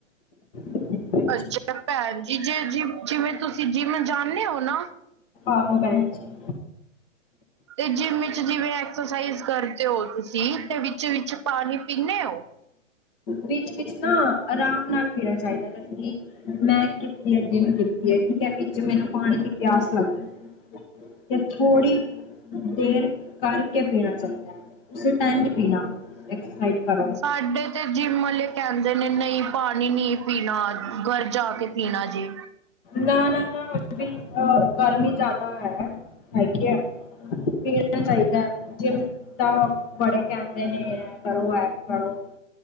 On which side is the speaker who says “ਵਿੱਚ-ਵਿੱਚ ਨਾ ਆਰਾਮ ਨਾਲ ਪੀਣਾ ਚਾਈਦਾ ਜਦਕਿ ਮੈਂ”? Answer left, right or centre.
Left